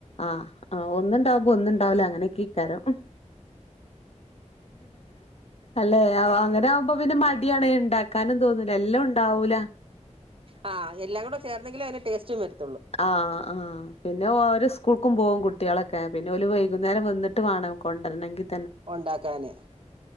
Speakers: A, on the left (about 55°); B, on the right (about 45°).
A: ആ- ആ ഒന്നുണ്ടാവുമ്പോ ഒന്നുണ്ടാവില്ല അങ്ങനെയൊക്കെ ഇക്കാരം- അല്ലെ അങ്ങനെ ആകുമ്പോ പിന്നെ മടിയാണ ഇണ്ടാ നും തോന്നൂല എല്ലാം ഉണ്ടാവൂല
B: ആ എലാം കൂടെ ചേർന്നെങ്കിലേ അതിന്റെ ടേസ്റ്റും വരും-
A: ആ ആ പിന്നെ ഒരു സ്കൂൾക്കും പോകും കുട്ടികളൊക്കെ പിന്നെ ഒരു വൈകുന്നേരം വന്നിട്ട് വേണം കൊണ്ടരണങ്കിൽ
B: ഉണ്ടാക്കാന്